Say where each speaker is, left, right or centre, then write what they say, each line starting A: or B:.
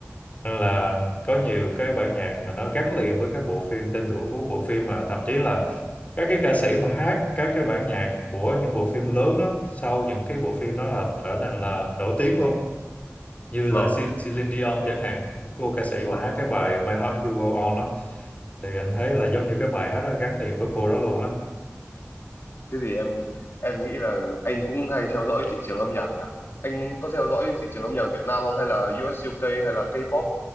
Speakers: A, on the left; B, on the left.
A: nên là có nhiều cái bản nhạc mà nó gắn liền với các bộ phim tên tuổi của bộ phim mà thậm chí là các cái ca sĩ mà hát các cái bản nhạc của những bộ phim lớn đó sau những cái bộ phim đó là trở nên là nổi tiếng luôn như
B: vâng
A: là Ce- Celine Dion chẳng hạn cô ca sĩ
B: rồi
A: mà hát cái bài My Heart Will Go On đó thì anh thấy là giống như cái bài hát đó gắn liền với cô đó luôn á
B: Thế thì em em nghĩ là anh cũng hay theo dõi thị trường âm nhạc nhỉ? Anh có theo dõi thị trường âm nhạc Việt Nam không hay là u ét u UK hay là K-pop?